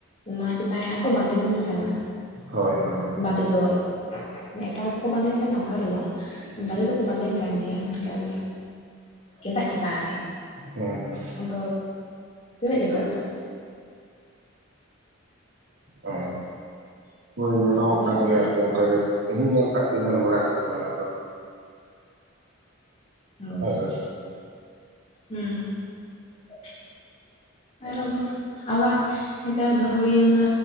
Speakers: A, on the left; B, on the right.
A: ᱚᱱᱟ ᱪᱮᱛᱟᱱ ᱨᱮ ᱦᱟᱸᱜ ᱠᱚ ᱵᱟᱸᱫᱮᱱ ᱠᱟᱱᱟ
B: ᱦᱳᱭ ᱦᱳᱭ ᱦᱳᱭ
A: ᱵᱟᱸᱫᱮ ᱫᱚ ᱮᱠᱟᱞ ᱵᱟᱠᱚ ᱵᱟᱸᱫᱮᱱ ᱠᱟᱱᱟ ᱚᱱᱠᱟ ᱫᱚ ᱵᱟᱝ ᱵᱟᱸᱫᱮ ᱫᱚᱠᱚ ᱵᱟᱸᱫᱮᱱ ᱠᱟᱱ ᱜᱮᱭᱟ ᱢᱮᱱᱠᱷᱟᱱ ᱜᱮᱸᱫᱟᱜ ᱪᱮᱛᱟᱱ ᱨᱮ
B: ᱦᱮᱸ ᱦᱮᱸ
A: ᱟᱫᱚ ᱛᱤᱱᱟᱹᱜ ᱡᱚᱛᱷᱟᱛᱟ
B: ᱮᱠᱫᱚᱢ ᱚ ᱦᱳᱭ ᱧᱮᱞᱚᱜᱚᱜ
A: ᱦᱮᱸ
B: ᱠᱟᱱ ᱜᱮᱭᱟ ᱟᱨᱠᱤ ᱚᱱᱠᱟ ᱜᱮ ᱤᱧ ᱦᱩᱧ ᱧᱮᱞ ᱠᱟᱫ ᱠᱩᱧ ᱧᱮᱞ ᱵᱟᱲᱟ ᱠᱟᱫ ᱠᱩᱧ ᱚᱱᱟ ᱫᱚ
A: ᱦᱳᱭ
B: ᱦᱮᱸᱥᱮ
A: ᱦᱩᱸ ᱟᱨ ᱟᱵᱟᱨ ᱱᱮᱛᱟᱨ ᱵᱟᱹᱦᱩᱲᱤᱭᱟᱹ ᱢᱟ